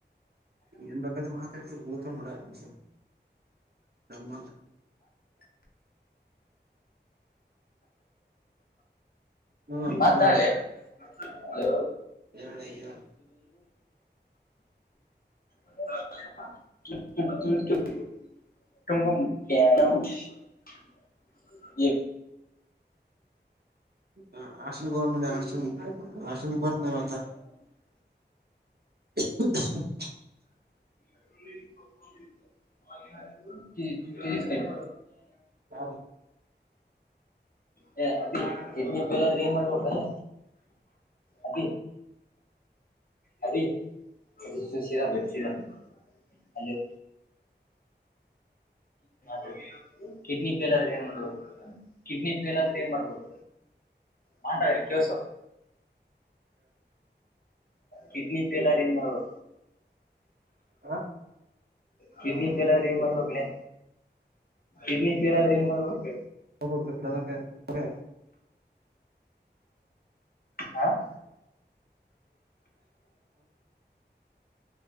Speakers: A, on the right; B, on the left.
A: ಎನ್ ಬಗ್ದ ಮಾತಾಡ್ ಗತಡ ಆ ನಮ್ಮ ಹ್ಮ್
B: ಮಾತಾಡೆ
A: ಹ್ಮ್
B: ಹಲೋ
A: ಹೇಳಳಾ
B: ಟಟ ಟುಮ ಹ ಈ
A: ಹ ಹಾಸ್ಟೆಲ್ ಗವರ್ಮೆಂಟ್ ಹಾಸ್ಟೆಲ್ ಹಾಸ್ಟೆಲ್ ಪಡ್ತ್ನ ಮತ್ತ <unintelligible>
B: ಕ
A: ಕ
B: ಹ ಅಭ ಎಡ್ನಿ ಪಲಾದ್ರೆ ಏನ್ ಮಾಡ್ಬೇಕ ಅಲ್ಲ ಅದ ಅ ಅ ಸಶಗ ಭಗ ಹಲೋ ತ ಕಿಡ್ನಿ ಫೇಲ್ ಆದ್ರೆ ಏನ್ ಮಾಡ್ಬ ಕಿಡ್ನಿ ಫೇಲ್ ಆದ್ರೆ ಏನ್ ಮಾಡ್ಬೇಕು
A: <unintelligible>
B: ಮಾಂತಲ್ಲಿ ಕವಸ ಕಿಡ್ನ ಪೆಲ ರೈನ್ ಮಾಡೋ
A: ಹಾ
B: ಕಿಡ್ನಿಫೇಲ್ ಆದಾದ್ರೆ ಮರಬೇಕ ಕಡ್ನಿಫೇಲ್ ಆದಾದ್ರೆ ಮರಬೇಕ
A: ಹ
B: ಹ <unintelligible>